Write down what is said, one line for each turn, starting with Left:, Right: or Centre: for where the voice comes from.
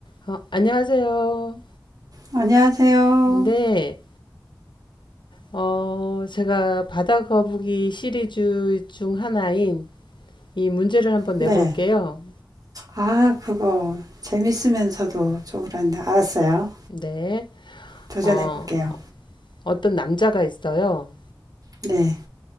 Left: 어, 안녕하세요.
Right: 안녕하세요.
Left: 네, 어, 제가 바다 거북이 시리즈 중 하나인 이 문제를 한번 내볼게요.
Right: 네. 아, 그거 재밌으면서도 좀 그런데 알았어요.
Left: 네,
Right: 도전해
Left: 어,
Right: 볼게요.
Left: 어떤 남자가 있어요.
Right: 네.